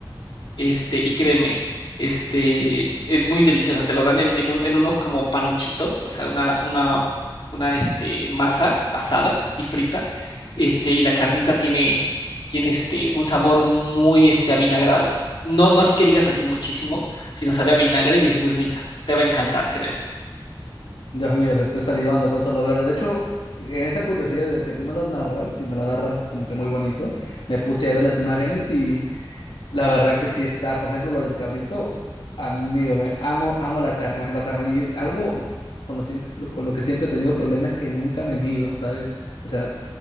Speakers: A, on the left; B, on the left.
A: este, y créeme, este, es muy deliciosa. Te lo dan en, en un- en unos como panuchitos, o sea, una, una, una, este, masa asada y frita. Este, y la carnita tiene, tiene este, un sabor muy, este, avinagrado. No, no así que digas así muchísimo, sino sabe a vinagre y es muy rica. Te va a encantar, créeme.
B: Dios mío, se estoy salivando con solo verlo. De hecho, en esa curiosidad de que tú me lo narras, y me lo narras como que muy bonito, me puse a ver las imágenes La verdad que sí está. Por ejemplo, lo del cabrito, amigo, me amo, amo la carne, amo la carne. Y algo con lo, siem- con lo que siempre he tenido problemas es que nunca me mido, ¿sabes? O sea,